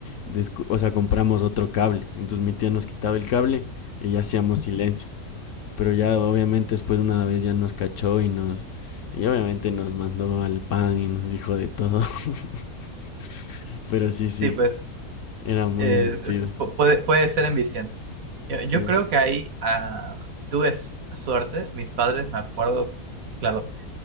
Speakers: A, on the left; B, on the right.
A: descu- o sea, compramos otro cable. Entonces mi tía nos quitaba el cable y ya hacíamos silencio. Pero ya obviamente después de una vez ya nos cachó y nos... Y obviamente nos mandó al pan y nos dijo de todo. <laughs> Pero sí,
B: Sí,
A: sí,
B: pues
A: era muy
B: es-
A: divertido.
B: es- es- pu- puede, puede ser enviciante. Yo,
A: Sí,
B: yo creo que ahí ah, tuve s- suerte. Mis padres, me acuerdo, claro,